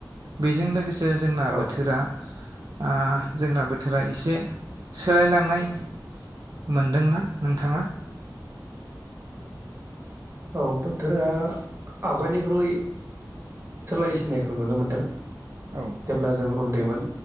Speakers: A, on the right; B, on the right.
A: बेजों लोगोसे। लोगोसे जोंना
B: औ
A: बोथोरा। आ जोंना बोथोरा एसे सोलायलांनाय मोनदोंना नोंथाङा।
B: औ बोथोरा आवगायनिख्रुइ सोलाय सिनायखौ नुनो मोनदों।
A: औ
B: जेब्ला
A: औ
B: जों उन्दैमोन।